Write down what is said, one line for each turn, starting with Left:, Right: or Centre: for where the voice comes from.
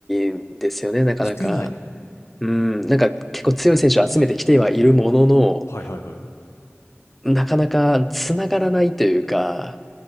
Centre: んですよね、なかなか。
Left: 打てない。
Centre: うん、なんか結構強い選手を集めてきてはいるものの、
Left: はいはいはい。
Centre: なかなか繋がらないというか、